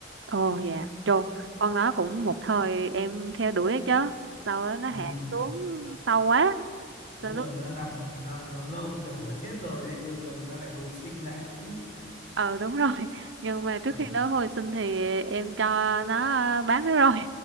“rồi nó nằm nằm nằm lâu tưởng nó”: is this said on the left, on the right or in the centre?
Left